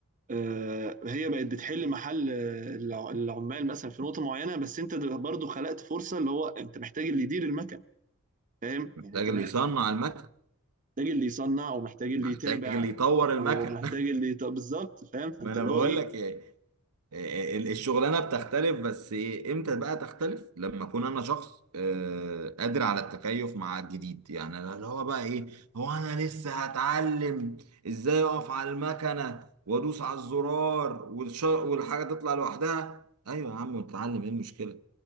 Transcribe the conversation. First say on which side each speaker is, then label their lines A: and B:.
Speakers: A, on the right; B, on the right.
A: آه هي بقت بتحل محل آه، الع- العمال مثلا في نقطة معينة بس انت دل- برضو خلقت فرصة اللي هو انت محتاج اللي يدير المكن فاهم
B: محتاج
A: يعني انت
B: اللي
A: محتاج
B: يصنع المكن
A: اللي يصنع ومحتاج اللي
B: محتاج
A: يتابع
B: اللي يطور المكن
A: ومحتاج
B: <laughs>
A: اللي يط- بالظبط فاهم فانت
B: ما أنا
A: اللي
B: بقول
A: هو ايه
B: لك إيه آه، ال- الشغلانه بتختلف بس إيه امتى بقى تختلف لما اكون انا شخص آه، قادر على التكيف مع الجديد يعني أنا اللي هو بقى ايه هو انا لسه هتعلم ازاي اقف على المكنه وادوس على الزرار والش- والحاجه تطلع لوحدها ايوه يا عم اتعلم ايه المشكله